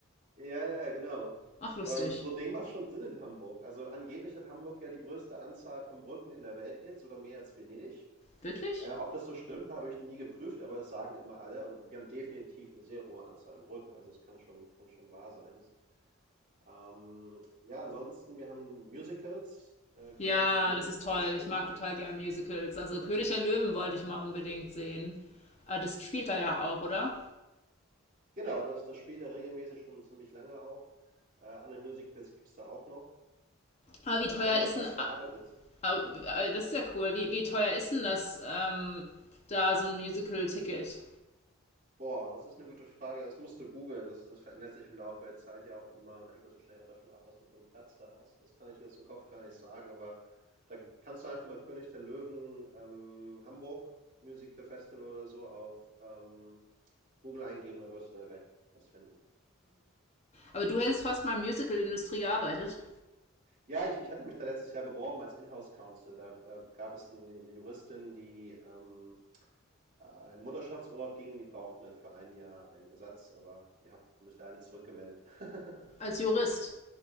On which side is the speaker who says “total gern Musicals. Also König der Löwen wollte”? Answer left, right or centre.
Left